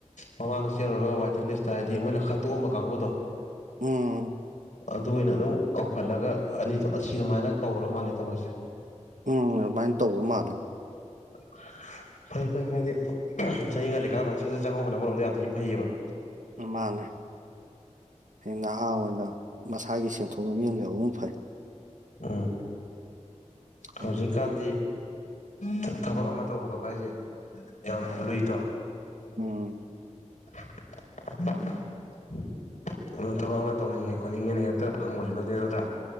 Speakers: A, on the left; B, on the right.
A: ꯃꯃꯥꯡꯗ ꯆꯦꯜꯂꯨꯔꯒ ꯋꯥꯏꯇꯤꯡ ꯂꯤꯁꯇꯥ ꯍꯥꯏꯗꯤ ꯃꯣꯏꯅ ꯈꯠꯇꯣꯛꯑꯝꯕ ꯀꯥꯡꯕꯨꯗꯣ
B: ꯎꯝ
A: ꯑꯗꯨ ꯑꯣꯏꯅ ꯑꯗꯨꯝ ꯀꯧꯈꯠꯂꯒ ꯑꯅꯤ ꯊꯣ ꯑꯁꯤꯑꯃꯥꯏꯅ ꯀꯧꯔ ꯃꯥꯜꯂꯦ ꯊꯕꯛꯁꯦ
B: ꯎꯝ ꯑꯗꯨꯃꯥꯏꯟ ꯇꯧꯕ ꯃꯥꯜꯂꯦ
A: <inaudible> ꯐꯩ ꯐꯩ ꯍꯥꯏꯗꯤ ꯆꯍꯤ ꯉꯜꯂꯤꯀꯥꯟ ꯃꯥꯏꯅ ꯁꯠꯁꯠ ꯆꯪꯍꯧꯕꯅ ꯑꯃꯔꯣꯝꯗ ꯌꯥꯝꯊꯤꯅ ꯐꯩꯌꯦꯕ
B: ꯎꯝ ꯃꯥꯅꯦ ꯍꯌꯦꯡ ꯅꯍꯥ ꯑꯣꯏꯅ ꯃꯁꯥꯒꯤ ꯁꯦꯟꯊꯣꯛ ꯂꯝꯕꯤ ꯑꯝ ꯂꯩꯍꯧꯕꯅ ꯐꯩ
A: ꯎꯝ ꯍꯧꯖꯤꯛꯀꯥꯟꯗꯤ
B: ꯎꯝ
A: ꯊꯥ ꯊꯕꯛ ꯑꯃ ꯇꯧꯕ ꯈꯣꯠꯄ ꯍꯥꯏꯖꯦ ꯌꯥꯝ ꯂꯨꯏꯗꯣ
B: ꯎꯝ
A: <inaudible> ꯎꯝ ꯊꯕꯛ ꯑꯃ ꯇꯧꯅꯤꯡꯉꯦ ꯈꯣꯠꯅꯤꯡꯉꯦꯅ ꯍꯦꯛꯇꯥ ꯐꯪꯕꯖꯨ ꯅꯠꯇꯦ ꯅꯠꯇ꯭ꯔꯥ꯫